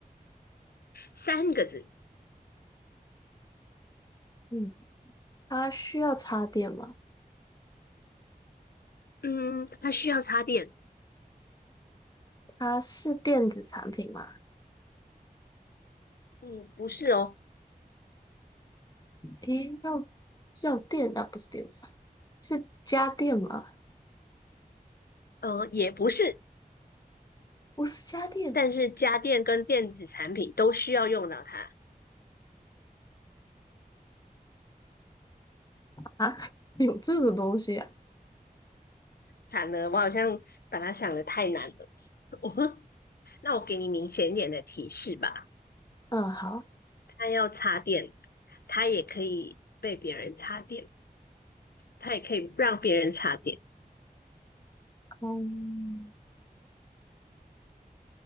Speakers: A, on the left; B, on the left.
A: 三个字，
B: 嗯，它需要插电吗？
A: 嗯，它需要插电。
B: 它是电子产品吗？
A: 嗯，不是哦，
B: 诶，要要电那不是电子产品，是家电吗？
A: 呃，也不是，
B: 不是家电
A: 但是家电跟电子产品都需要用到它。
B: 啊，<laughs> 有这种东西啊？
A: 惨了，我好像把它想的太难了。<laughs> 我，那我给你明显一点的提示吧。
B: 嗯，好，
A: 他要插电，他也可以被别人插电，他也可以让别人插电。
B: 嗯。